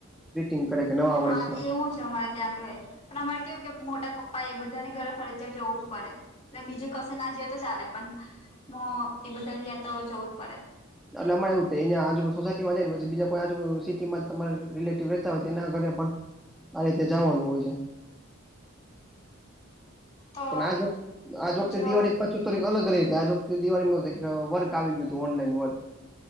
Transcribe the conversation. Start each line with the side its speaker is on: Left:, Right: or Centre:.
Centre: રીટિંગ કરે કે નવા
Left: હા
Centre: વર્ષના.
Left: એવું અમારે ત્યાં પણ અમારે કેવું કે મોટા પપ્પા એ બધાની ઘરે ફરજયા જવું જ પડે. એટલે બીજું કસે ના જઈએ તો ચાલે પણ એ બધા તો જવું જ પડે.
Centre: એટલે અમાં એવું થ અં આજુ સોસાયટીમાં જાય ને પછી બીજા કો આજુ સિટીમાં તમા રિલેટિવ રતા હોય તો એના ઘરે પણ આ રીતે જવાનું હોય છે.
Left: તો
Centre: પણ આજ વખતે આજ વખતે
Left: બીજો
Centre: દિવાળી પાછી થોડીક અલગ રહી હતી આજ વખતે દિવાળીમાં વર્ગ આવી ગયું હતું ઓનલાઈન વર્ક